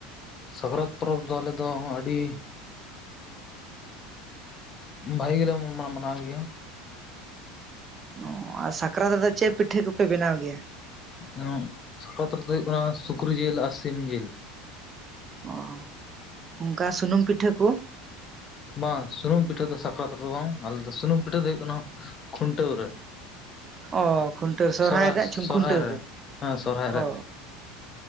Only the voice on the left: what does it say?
ᱥᱟᱠᱨᱟᱛ ᱯᱚᱨᱚᱵᱽ ᱫᱚ ᱟᱞᱮ ᱫᱚ ᱟᱹᱰᱤ ᱵᱷᱟᱹᱜᱤ ᱜᱮᱞᱮ ᱢᱟᱱᱟᱣ ᱜᱮᱭᱟ
ᱮ ᱥᱟᱠᱨᱟᱛ ᱨᱮᱫᱚ ᱦᱳᱭᱳᱜ ᱠᱟᱱᱟ ᱥᱩᱠᱨᱤ ᱡᱤᱞ ᱟᱨ ᱥᱤᱢ ᱡᱤᱞ
ᱵᱟᱝ ᱥᱩᱱᱩᱢ ᱯᱤᱴᱷᱟᱹ ᱫᱚ ᱥᱟᱠᱨᱟᱛ ᱨᱮᱫᱚ ᱵᱟᱝ ᱟᱞᱮᱫ ᱫᱚ ᱥᱩᱱᱩᱢ ᱯᱤᱴᱷᱟᱹ ᱫᱚ ᱦᱩᱭᱩᱜ ᱠᱟᱱᱟ ᱠᱷᱩᱱᱴᱟᱹᱣ ᱨᱮ᱾
ᱥᱚᱨᱦᱟᱭ
ᱥᱚᱨᱦᱟᱭ
ᱦᱮᱸ ᱥᱚᱨᱦᱟᱭ ᱨᱮ